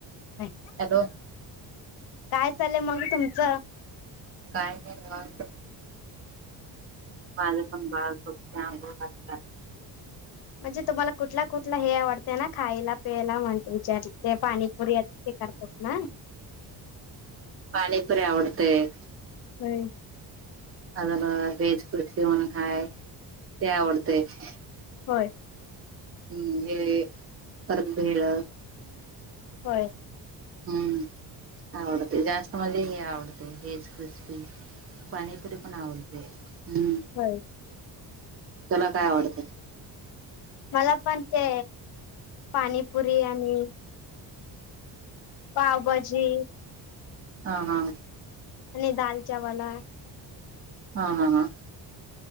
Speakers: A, on the left (about 60°); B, on the right (about 35°).
A: नाही
B: हॅलो
A: काय चाल्लेय मग तुमचं.
B: काय नही निवांत. माझं पण बाळ झोपल्या, अंघोळ घातल्या.
A: म्हणजे तुम्हाला कुठला कुठला हे आवडतं ना खायला पियला म्हणल विचारु, ते पाणीपुरी. ते करतात ना.
B: पाणीपुरी आवडतेय.
A: हम्म
B: अजून अ व्हेज कुर्ची म्हणून हाय ते आवडतंय एक.
A: होय
B: हम्म हे <unintelligible> कानातली भेळ
A: होय.
B: हम्म आवडते जास्त मले, हे आवडते हेज क्रिस्पी. पाणीपुरी पण आवडते. हम्म
A: व्हयं.
B: तुला काय आवडते?
A: मला पण ते पाणीपुरी आणि - पावभाजी
B: हा हा.
A: आणि दाल चावल आय
B: हा हा हा.